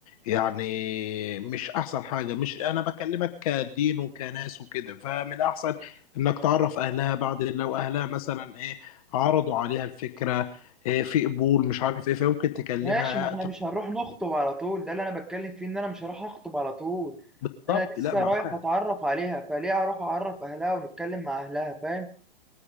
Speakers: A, on the left (about 35°); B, in the centre.
A: يعني مش أحسن حاجة مش أنا بكلمك كدين وكناس وكده فمن الأحسن إنك تعرف أهلها بعد لو أهلها مثلا إيه عرضوا عليها الفكرة إيه في قبول مش عارف إيه فيمكن تكلمها
B: ماشي ما احنا مش هنروح نخطب على طول ده اللي انا بتكلم فيه ان انا مش هروح اخطب على طول
A: بالظبط
B: انا لسه
A: لا معاك
B: رايح اتعرف عليها فليه اروح اعرف اهلها ونتكلم مع اهلها فاهم